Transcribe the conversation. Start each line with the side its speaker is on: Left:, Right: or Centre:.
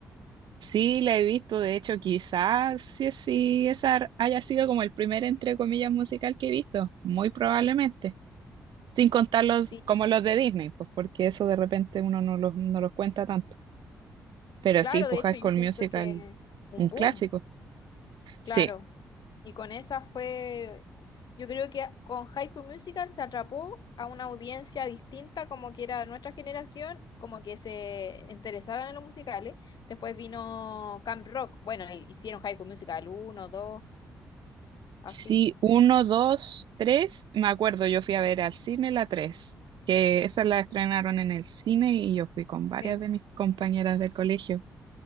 Right: Sí, la he visto, de hecho, quizás sí, sí, esa haya sido como el primer, entre comillas, musical que he visto, muy probablemente, sin contar los,
Left: Sí,
Right: como los de Disney, pues porque eso de repente uno no los, no los cuenta tanto. Pero
Left: claro,
Right: sí, pues
Left: de hecho,
Right: High
Left: yo
Right: School
Left: siento
Right: Musical,
Left: que un
Right: un
Left: boom,
Right: clásico. Sí,
Left: claro. Y con esa fue, yo creo que con High School Musical se atrapó a una audiencia distinta, como que era nuestra generación, como que se interesaran en los musicales. Después vino Camp Rock, bueno, hi- hicieron High School Musical uno 2
Right: sí,
Left: así.
Right: uno, dos, tres, me acuerdo, yo fui a ver al cine la tres, que esa la estrenaron en el cine y yo fui con
Left: Sí.
Right: varias de mis compañeras del colegio,